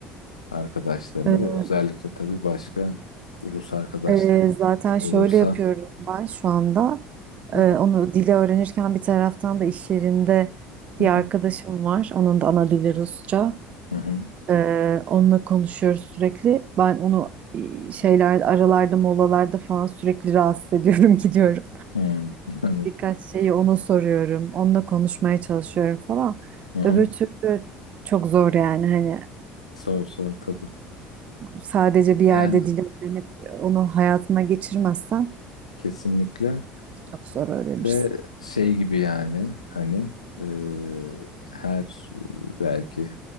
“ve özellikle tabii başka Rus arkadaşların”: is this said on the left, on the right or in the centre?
Left